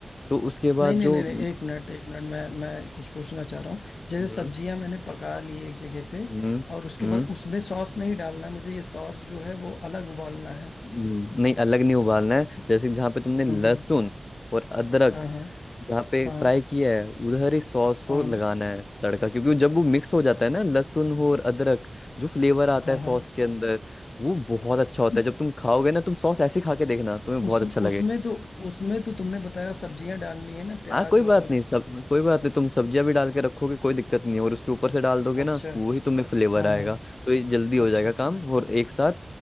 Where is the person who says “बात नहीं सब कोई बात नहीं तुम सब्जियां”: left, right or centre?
Left